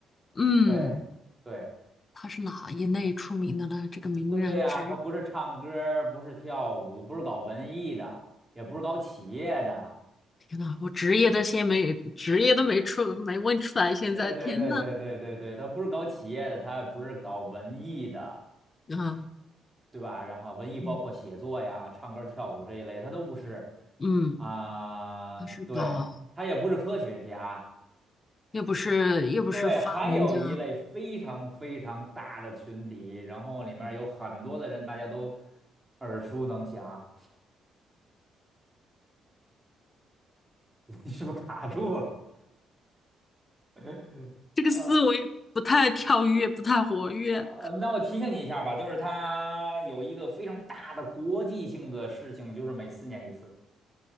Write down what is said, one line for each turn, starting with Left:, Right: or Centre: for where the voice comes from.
Left: 嗯，
Right: 对对。
Left: 他是哪一类出名的呢？这个名人职，
Right: 对呀，他不是唱歌儿不是跳舞，不是搞文艺的，也不是搞企业的。
Left: 天呐，我职业都先没，职业都没出，没问出来，现在天呐，
Right: 对对对对对对对，他不是搞企业的，他也不是搞文艺的，
Left: 啊，
Right: 对吧？然后文艺包括写作呀、
Left: 嗯
Right: 唱歌跳舞这一类，他都不是
Left: 嗯，
Right: 啊、
Left: 他是搞，
Right: 对，他也不是科学家。
Left: 又不是又不是发明家，
Right: 对，还有一类非常非常大的群体，然后里面有很多的人，大家都耳熟能详。<laughs> 你是不是卡住了？<laughs>
Left: 这个思维不太跳跃，
Right: 呃。
Left: 不太活跃。
Right: 呃，那我提醒你一下吧，就是它有一个非常大的国际性的事情，就是每四年一次，